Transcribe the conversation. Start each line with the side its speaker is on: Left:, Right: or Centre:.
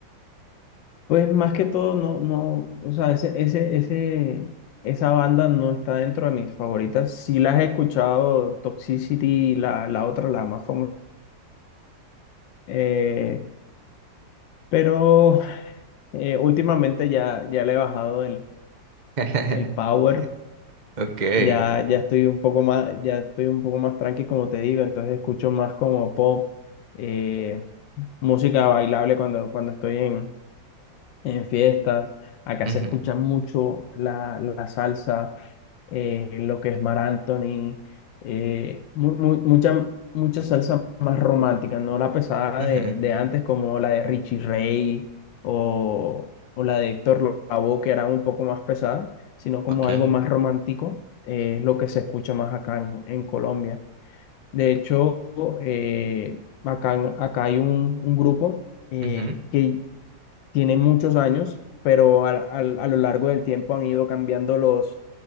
Left: Pues más que todo, no, no, o sea, ese, ese, ese, esa banda no está dentro de mis favoritas. Sí las he escuchado, Toxicity, la, la otra, la más famosa. eh, pero eh, últimamente ya, ya le he bajado el,
Right: <laughs>
Left: el power.
Right: Okay.
Left: Ya, ya estoy un poco más, ya estoy un poco más tranqui, como te digo. Entonces escucho más como pop, eh, música bailable cuando, cuando estoy en, en fiestas. Acá
Right: Ujú,
Left: se escucha mucho la, la salsa, eh, lo que es Mar Anthony, eh, mu- mu- mucha, mucha salsa más romántica, no la pesada
Right: ujú,
Left: de, de antes como la de Richie Ray o, o la de Héctor Lavoe, que era un poco más pesada, sino como
Right: Okay.
Left: algo más romántico, eh, es lo que se escucha más acá en, en Colombia. De hecho, eh, acá, acá hay un, un grupo eh,
Right: ujú,
Left: que tiene muchos años, pero al- al- a, lo largo del tiempo han ido cambiando los,